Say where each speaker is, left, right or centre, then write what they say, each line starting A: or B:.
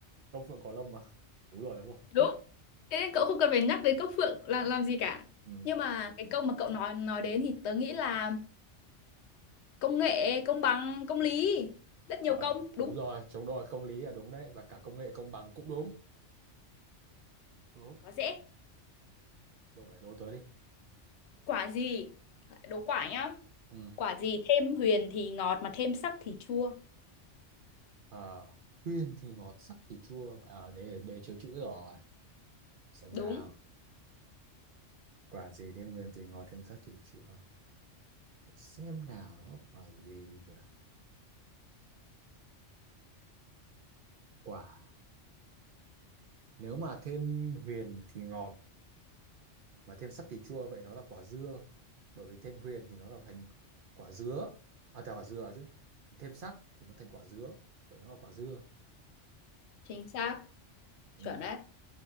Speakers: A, on the right; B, on the left.
A: công phượng có lông mà đúng rồi đúng không
B: đúng thế nên cậu không cần phải nhắc đến công phượng là làm gì cả
A: ừ.
B: nhưng mà cái công mà cậu nói nói đến thì tớ nghĩ là công nghệ công bằng công lý rất
A: Ờ,
B: nhiều công
A: đúng
B: đúng
A: rồi chống đòi công lý là đúng đấy và cả công nghệ công bằng cũng đúng đúng
B: quá dễ
A: cậu lại đố tớ đi
B: quả gì đố quả nhá
A: Ừ.
B: quả gì thêm huyền thì ngọt mà thêm sắc thì chua
A: Ờ, Huyền thì ngọt sắc thì chua à, để để chữa chữ rồi xem
B: đúng
A: nào quả gì thêm huyền thì ngọt thêm sắc thì chua xem nào nó quả gì nhỉ? quả nếu mà thêm huyền thì ngọt mà thêm sắc thì chua vậy nó là quả dưa bởi vì thêm huyền thì nó là thành quả dứa à thành quả dừa chứ thêm sắc thì nó thành quả dứa vậy nó là quả dưa
B: chính xác
A: ừ.
B: chuẩn đấy